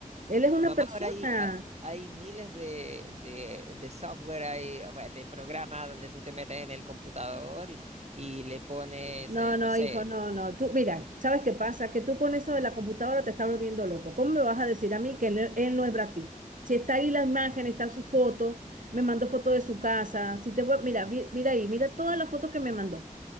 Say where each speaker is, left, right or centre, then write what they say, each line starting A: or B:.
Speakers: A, on the right; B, on the right.
A: Él es una
B: Mamá,
A: persona.
B: ahora hay, hay, hay miles de, de, de software, hay, ah, bueno, de programas donde tú te metes en el computador y, y le pones,
A: No,
B: eh,
A: no,
B: no sé,
A: hijo, no, no. Tú, mira, ¿sabes qué pasa? Que tú con eso de la computadora te estás volviendo loco. ¿Cómo me vas a decir a mí que él, él no es Brad Pitt? Si está ahí la imagen, está su foto, me mandó foto de su casa. Si te, voy- mira, vi- mira ahí, mira todas las fotos que me mandó.